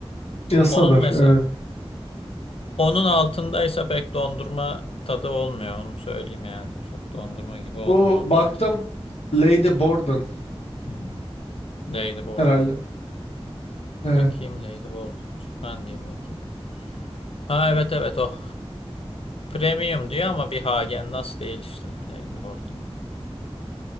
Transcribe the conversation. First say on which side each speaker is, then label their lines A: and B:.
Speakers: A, on the left; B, on the left.
A: Yasadır.
B: Onun mesela
A: Evet.
B: onun altındaysa pek dondurma tadı olmuyor onu söyleyeyim yani. Çok dondurma gibi olmuyor
A: Bu
B: onun
A: baktım.
B: altında.
A: Lady Borden
B: Hı hı. Ladyboard.
A: herhalde. Evet.
B: Bakayım Ladyboard. Ben diyeyim bakayım. Ha evet evet o. Premium diyor ama bir Hagen Dazs değil işte Lady Horton.